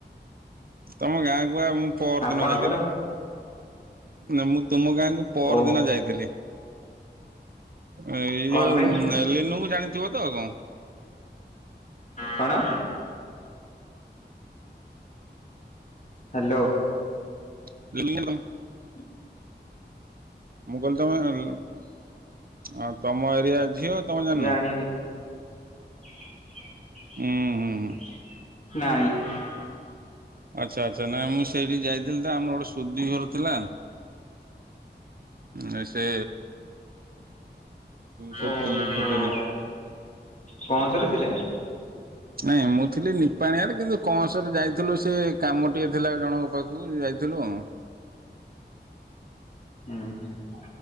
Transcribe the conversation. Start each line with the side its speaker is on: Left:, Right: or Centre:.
Right: ତମ ଗାଁ କୁ ଆ ମୁଁ ପରଦିନ
Left: ଆପଣଙ୍କର?
Right: ଯାଇଥିଲି। ନା ମୁଁ ତୁମ ଗାଁକୁ ପରଦିନ
Left: ଓହୋ
Right: ଯାଇଥିଲି। ଏଇ
Left: କଣ
Right: ଯୋଉ
Left: ପାଇଁ
Right: ଲିନୁ କୁ ଜାଣିଥିବ ତ ଉଁ କଣ?
Left: କଣ? ହ୍ୟାଲୋ।
Right: <unintelligible>
Left: ହୁଁ।
Right: ମୁଁ କହିଲି ତମେ ତମ ଏରିଆ ଝିଅ ତମେ ଜାଣିନ?
Left: ଜାଣିନି। ନାଇଁ।
Right: ହୁଁ ହୁଁ ହୁଁ ଆଚ୍ଛା ଆଚ୍ଛା ନାଇଁ ମୁଁ ସେଇଠି ଯାଇଥିଲି ତ ଆମର ଗୋଟେ ସୁଧି ଘର ଥିଲା। ଉଁ ସେ ସେଠି
Left: ଓହୋ
Right: ଥିଲି ଦି ଦିନ
Left: କଅଁସର ପିଲା?
Right: ନାଇଁ ମୁଁ ଥିଲି ନିପାଣିଆରେ କିନ୍ତୁ କଅଁସର ଯାଇଥିଲୁ ସେ କାମ ଟିକେ ଥିଲା ଜଣଙ୍କ ପାଖକୁ ଯାଇଥିଲୁ ଆଉ।
Left: ହୁଁ ହୁଁ